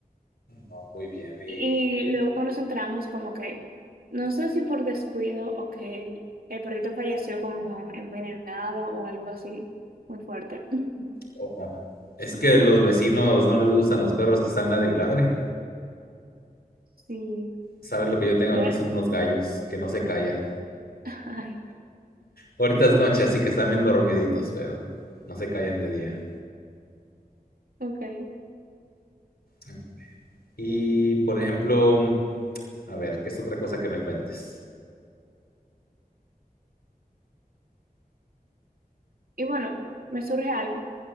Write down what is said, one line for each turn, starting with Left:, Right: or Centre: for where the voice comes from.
Left: No, muy bien. Y
Right: Y luego nos entramos como que, no sé si por descuido o que el perrito falleció como envenenado o algo así, muy fuerte. <laughs>
Left: oh, oh. es que los vecinos no les gustan los perros que están ladriladre.
Right: Sí,
Left: Sabes lo que yo tengo
Right: pero,
Left: aquí son unos gallos que no se callan.
Right: ay,
Left: Ahorita es noche, así que están bien dormiditos, pero no se callan de día.
Right: ok.
Left: Ah. Y por ejemplo, a ver, ¿qué es otra cosa que me cuentes?
Right: Y bueno, me surge algo.